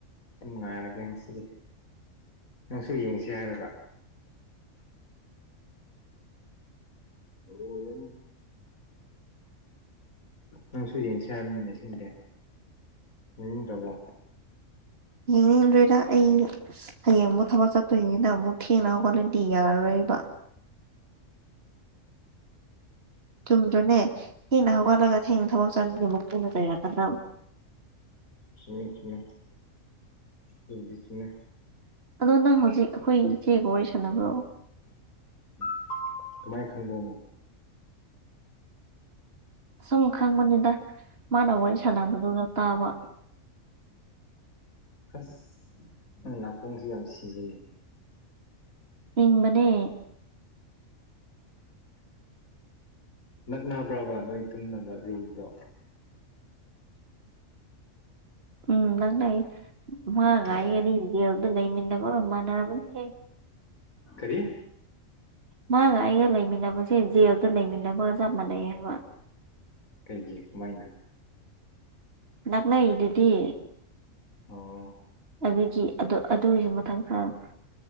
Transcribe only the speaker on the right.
ꯌꯦꯡꯅꯤꯡꯗ꯭ꯔꯣꯏꯔ ꯑꯩ ꯍꯌꯦꯡꯕꯨ ꯊꯕꯛ ꯆꯠ ꯇꯅ ꯑꯃꯨ ꯊꯦꯡꯅ ꯍꯧꯒꯠꯔꯗꯤ ꯌꯥꯔꯔꯣꯏꯕ ꯆꯨꯝꯗ꯭ꯔꯣꯅꯦ ꯊꯦꯡꯅ ꯍꯧꯒꯠꯂꯒ ꯊꯦꯡꯅ ꯊꯕꯛ ꯆꯠꯒ ꯄꯨꯅ ꯆꯩꯔꯛꯀꯗ꯭ꯔꯕ
ꯑꯗꯣ ꯅꯪ ꯍꯧꯖꯤꯛ ꯑꯩꯈꯣꯏ ꯏꯆꯦꯒ ꯋꯥꯔꯤ ꯁꯅꯕ꯭ꯔꯣ
ꯁꯨꯝ ꯈꯪꯕꯅꯤꯗ ꯃꯥꯅ ꯋꯥꯔꯤ ꯁꯥꯟꯅꯕꯗꯨꯗ ꯇꯥꯕ
ꯏꯪꯕꯅꯦ
ꯎꯝ ꯅꯪꯅꯏꯌꯦ ꯃꯥꯒꯥꯏ
ꯑꯗꯤ ꯗꯦꯜꯗ ꯂꯩꯃꯤꯟꯅꯕ꯭ꯔꯣ ꯃꯥꯟꯅꯔꯕꯅꯦ ꯍꯌꯦ
ꯃꯥꯒ ꯑꯩꯒ ꯂꯩꯃꯤꯟꯅꯕꯁꯦ ꯖꯦꯜꯗ ꯂꯩꯃꯤꯟꯅꯕꯒ ꯆꯞ ꯃꯥꯟꯅꯩ ꯍꯥꯏꯕ
ꯅꯛꯅ ꯏꯗꯗꯤ
ꯑꯗꯨꯒꯤ ꯑꯗꯨ ꯑꯗꯨꯒꯤꯁꯨ ꯃꯊꯪꯊꯪ